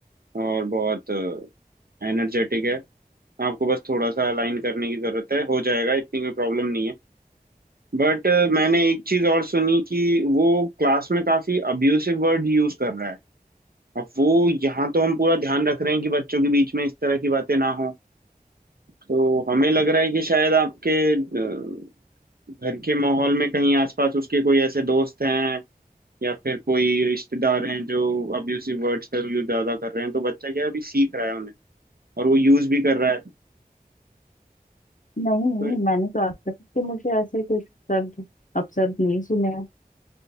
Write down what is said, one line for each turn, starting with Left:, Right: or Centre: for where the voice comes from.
Right: और बहुत एनर्जेटिक है आपको बस थोड़ा सा अलाइन करने की जरूरत है हो जाएगा इतनी कोई प्रॉब्लम नहीं है बट मैंने एक चीज और सुनी कि वो क्लास में काफी अब्यूसिव वर्ड यूज कर रहा है अब वो यहाँ तो हम पूरा ध्यान रख रहे हैं कि बच्चों के बीच में इस तरह की बातें ना हो तो हमें लग रहा है कि शायद आपके अ, घर के माहौल में कहीं आसपास उसके कोई ऐसे दोस्त हैं या फिर कोई रिश्तेदार हैं जो अब्यूसिव वर्ड्स का यूज ज्यादा कर रहे हैं तो बच्चा क्या है, अभी सीख रहा है उन्हें और वो यूज भी कर रहा है
Left: नहीं नहीं
Right: तो
Left: मैंने तो आज तक कि मुझे ऐसे कुछ शब्द अपशब्द नहीं सुने हैं।